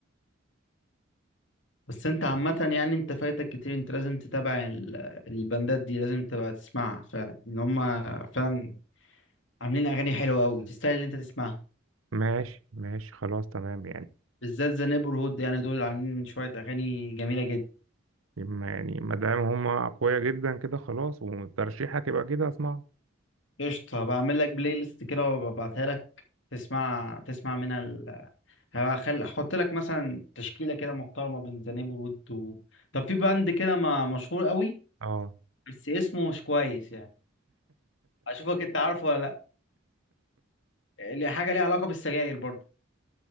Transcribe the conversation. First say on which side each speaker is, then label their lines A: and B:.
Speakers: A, on the left; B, on the right.
A: بس انت عامة يعني انت فايتك كتير انت لازم تتابع ال- البندات دي لازم تبقى تسمعها فعلا ان هم فعلا عاملين اغاني حلوة قوي تستاهل ان انت تسمعها
B: ماشي ماشي خلاص تمام يعني
A: بالذات ذا نيبر هود يعني دول عاملين شوية اغاني جميلة جدا
B: ما- يعني ما دام هما أقوياء جدا كده خلاص وترشيحك يبقى كده اسمع
A: قشطة بعمل لك بلاي ليست كده وببعتها لك تسمع تسمع منها ال... هخل... احط لك مثلا تشكيلة كده محترمة بين ذا نيبر هود و... طب في باند كده ما... مشهور قوي
B: اه
A: بس اسمه مش كويس يعني اشوفك انت عارفه ولا لا اللي حاجه ليها علاقه بالسجاير برضه